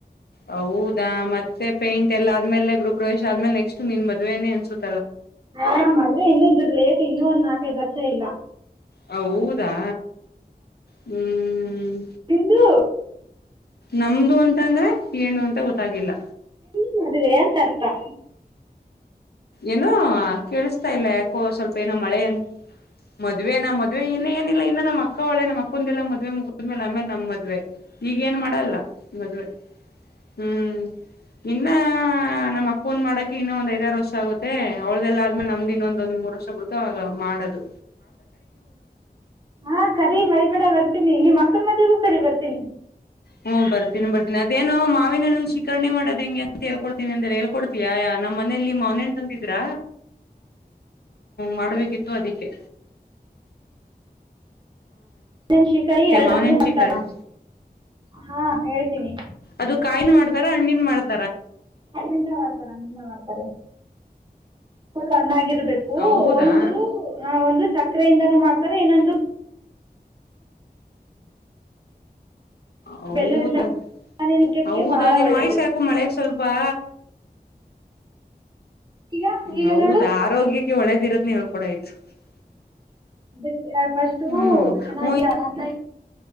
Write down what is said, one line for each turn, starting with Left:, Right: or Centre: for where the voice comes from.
Left: ಹ ಮತ್ತೆ ಪೇಂಟ್ ಎಲ್ಲ ಆದ್ಮೇಲೆ ರು ಪ್ರವೇಶ ಆದ್ಮೇಲೆೆಕ್ಸ್ಟ್ ನಿನ್ ಮದ್ೆನೆ ಅನ್ಸುತ್ತೆ
Right: ಆ್ರೆ ಇನ್ನುೂ ಇದ್ರ ಲೇಟ್ ಇನ್ನುೂ ಒಂದ್ ನಾಲ್ಕೈದ ವರ್ಷ ಇಲ್ಲ
Left: ಹ ಹಊದಾ ಹ್ಮ್ ಹ್ಮ್
Right: ಹಂದು
Left: ನಮ್ದು ಅಂತ ಅಂದ್ರೆ ಏನು ಅಂತ ಗೊತ್ತಾಗಿಲ್ಲ
Right: ಇಲ್ಲ ಅದ ವನ್ ತರತಾ
Left: ಏನೋ ಕೇಳಿಸ್ತಾ ಇಲ್ಲ ಯಕೋ ಸ್ವಲ್ಪ ಮಳೆ ಅಂತ ಮದ್ವೆನಾ ಮದ್ವೆೆ ಇನ್ನ ಏ ಇಲ್ಲ ಇನ್ನುೂ ನಮ್ಮ ಅಕ್ಕ ಒಳ್ಳೆ ನಮ್ಮ ಅಕ್ಕಂದ ಎಲ್ಲ ಮದ್ವೆ ಮುಗಿದ್ಮೇಲೆ ಆಮೇಲೆ ನಮ್ಮ ಮದ್ವೆ ಈಗ ಏನ್ ಮಾಡಲ್ಲ ಮದ್ುವವೆ ಹ್ಮ್ ಇನ್ನ ನಮ್ಮ್ ಅಕ್ಕ ಒಂದ್ ಮಾಡಕ ಇನ್ನ ಒಂದ್ ಐದಾರು ವರ್ಷ ಸೌತೆ ಅವೌ್ದದೆಲ್ಲ ಅಲ್್ಮೆ ನಮ್ದ ಇನ್ ಒಂದೊಂದ್ ಮೂರು ವಷ ಬುಡ್ಕ ಆ ಮಾಡದು
Right: ಹಾ ಕರಿೀ ಮರಿಬೇಡ ಬರ್ತ ನಿಮ್ಮ ಮ ಹುಖರಿ ಬರ್ತೀನಿ
Left: ಹ್ಮ್ ಬರ್ತೀನಿ ಬರ್ತೀಿ ಅದೇೋ ಮಾವಿನಲ್ಲ ಒಂದು ಶಿಖರಣಿ ಮಾಡದ ಹೆಗೆ ಅಂತ ಹಳ್ಕೊಡ್ತಿನಿ ಅಂದೆ ಹೇಳ್ಕೊಡ್ತೀಯ ಯಾರ ನಮ್ಮ್ ಮನೆಯಲ್ಲಿ ಮನಂಂತಂದಿದ್ರ ಮಾಡಬೇಕಿತ್ತು ಅದಕ್ಕೆ
Right: ನ್ ಶಿಕಾರಿ ಎಲ್ರನುೂ
Left: ಮಾವನಹಣ್
Right: ಮಾಡ್ತಾರ
Left: ಶ್ರೀಕರ್ಣಿ
Right: ಹಾ ಹೇಳ್ತೀನಿ
Left: ಅದು ಕಾಯನ್ ಮಾಡ್ತಾರ ಹಣ್ಣಿನ ಮಾಡ್ತಾರ
Right: ನಿಿಂದ ಮಾಡ್ತಾರ ನಿಿಂದ ಮಾಡ್ತಾರ ಫುಲ್ ಅನ್ನ ಆಗಿರ್ಬೇಕ ಬು
Left: ಹೌದಾ
Right: ಒಂದು ಒಂದು ಸ ಅಕ್ರೆಯಿಂದನೂ ಮಾಡ್ತಾರೆ ಏನೊಂದು
Left: ಹೌದಾ
Right: ಬೆಲ್ಲದಿಂದ ಆರೋಗ್ಯಕ್ಕೆ
Left: ಹೌದಾ
Right: ಭಾಳ
Left: ನೀನ್
Right: ಒಳ್ಳೆಯದು
Left: ವಾಯಸ್ ಯಾಕು ಮಳೆೆಗೆ ಸ್ವಲ್ಪ ಪ್ಪಾ
Right: ಈಗ ಈಗ
Left: ಹೌದಾ
Right: ನೋಡು
Left: ಆರೋಗ್ಯಕ್ಕೆ ಈ ಒಳ್ಳೇದ ಇರೋ್ನೇಳ್ ಕಡ ಆ್ತು <unintelligible>
Right: ಅದ ಫಸ್ಟು
Left: ಹ್ಮ್
Right: ಚೆನ್ನಾಗಿ
Left: ಹ್ಮ
Right: ಹಣ